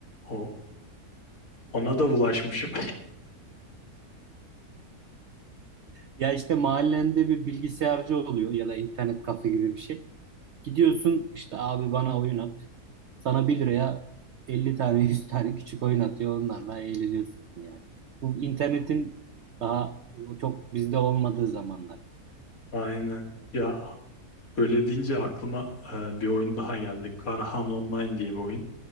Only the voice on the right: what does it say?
Ya işte mahallende bir bilgisayarcı oluyor ya da internet kafe gibi bir şey. Gidiyorsun işte abi bana oyun at. Sana 1 liraya 50 tane 100 tane küçük oyun atıyor. Onlarla eğleniyorsun yani. Bu internetin daha çok bizde olmadığı zamanlar.